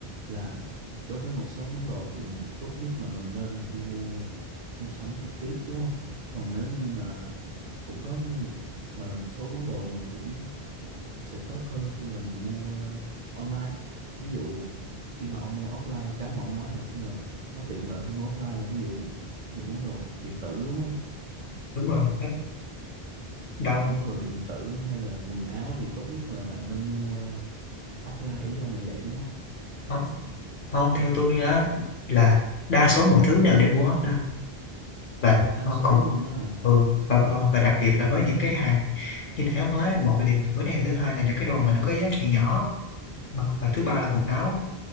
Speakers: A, on the right; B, on the left.
A: là đối với một số món đồ thì tốt nhất là mình nên đi mua mua sắm trực tiếp đúng không còn nếu như mà cũng có một gọi là một số món đồ mình cũng sẽ tốt hơn khi là mình mua ờ, online ví dụ khi mà ông mua offline cái mà ông nói là khi mà nó tiện lợi khi mua offline là ví dụ những món đồ điện tử đúng không
B: đúng rồi rất đau
A: những món đồ điện tử hay là quần áo thì tốt nhất là nên mua ờ, offline ý ông là vậy đúng không
B: lắm không theo tôi á là đa số mọi thứ đều nên mua offline và
A: đa
B: ờ,
A: số
B: còn
A: luôn á hả
B: ừ, và, ờ, và đặc biệt là với những cái hàng như thế ông nói một là điện tử này thứ hai là những cái đồ mà nó có giá trị nhỏ Ờ, và thứ ba là quần
A: ừ.
B: áo